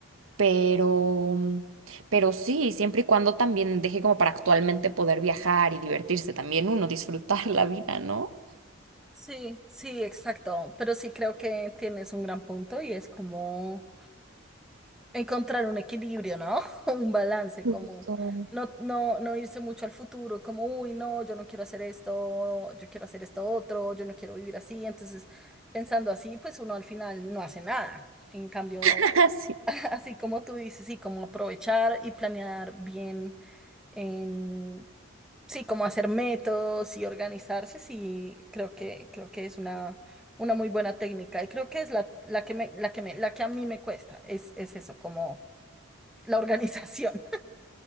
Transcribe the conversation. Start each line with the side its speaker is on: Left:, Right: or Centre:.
Right: pero pero sí, siempre y cuando también deje como para actualmente poder viajar y divertirse también uno, disfrutar <laughs> la vida, ¿no?
Centre: sí, sí, exacto. Pero sí creo que tienes un gran punto y es como encontrar un equilibrio, ¿no? <laughs> Un balance,
Right: Justo.
Centre: como no, no, no irse mucho al futuro, como, uy, no, yo no quiero hacer esto, yo quiero hacer esto otro, yo no quiero vivir así. Entonces, pensando así, pues uno al final no hace nada. En cambio,
Right: <laughs> Sí.
Centre: <laughs> así como tú dices, sí, como aprovechar y planear bien en Sí, como hacer métodos y organizarse, sí, creo que, creo que es una, una muy buena técnica. Y creo que es la, la que me, la que me, la que a mí me cuesta, es, es eso, como la organización.